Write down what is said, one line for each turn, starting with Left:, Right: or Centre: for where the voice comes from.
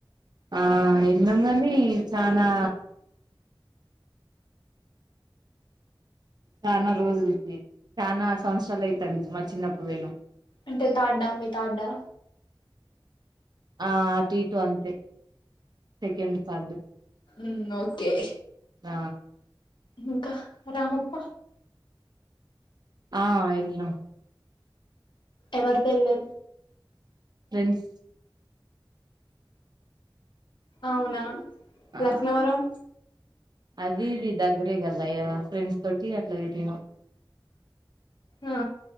Right: ఆ ఎళ్ళాం కానీ చానా చానా రోజులికి చానా సంవత్సరాలు అయితంది మా చిన్నప్పుడు వేయినాం
Left: అంటే తాడ్డా మీ తాడ్డా
Right: ఆ అటు ఇటు అంతే సెకెండ్ థర్డ్
Left: ఉమ్ ఓకే
Right: ఆ
Left: ఇంకా రామప్ప
Right: ఆ ఏళ్దాం
Left: ఎవరి పేరు లే
Right: ఫ్రెండ్స్
Left: అవునా
Right: ఆ
Left: లక్నవరం
Right: అది ఇది దగ్గరేగద అయ్యా ఫ్రెండ్స్ తో టి అట్లా పే
Left: ఆ